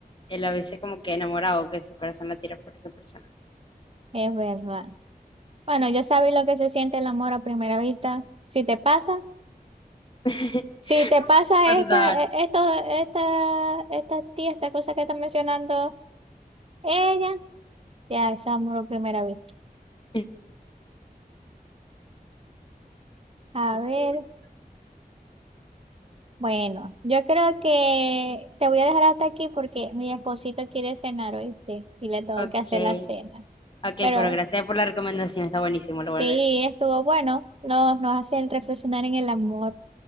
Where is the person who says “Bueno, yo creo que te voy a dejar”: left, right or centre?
Right